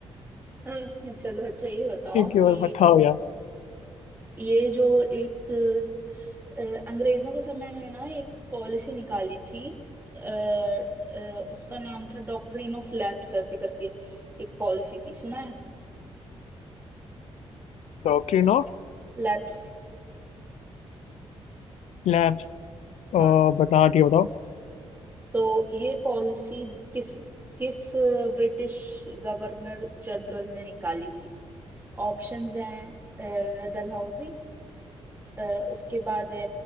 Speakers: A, on the right; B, on the left.
A: <laughs> अ, चलो अच्छा ये बताओ
B: कि और
A: कि
B: बताओ यार
A: ये जो एक अ, अंग्रेजों के समय में ना एक पॉलिसी निकाली थी अ, अ, उसका नाम था डॉक्ट्रिन ऑफ लैप्स ऐसे करके एक पॉलिसी थी सुना है
B: Doctrine of
A: लैप्स
B: lapse
A: हाँ
B: बता दिया बताओ
A: तो ये पॉलिसी किस किस ब्रिटिश गवर्नर जनरल ने निकाली थी ऑप्शंस हैं अ, डलहौजी अ, उसके बाद है